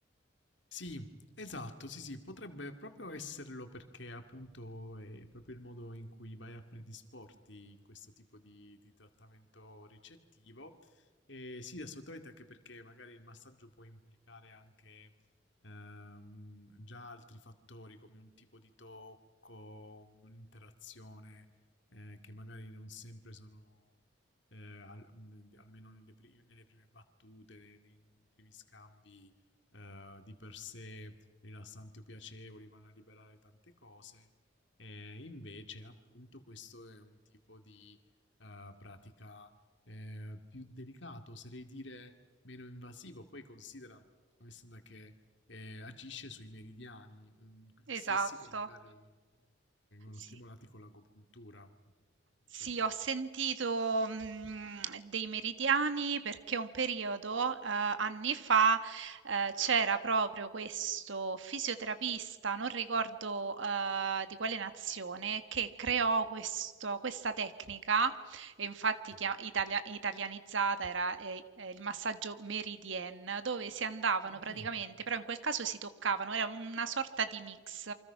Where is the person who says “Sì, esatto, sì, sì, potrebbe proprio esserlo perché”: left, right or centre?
Left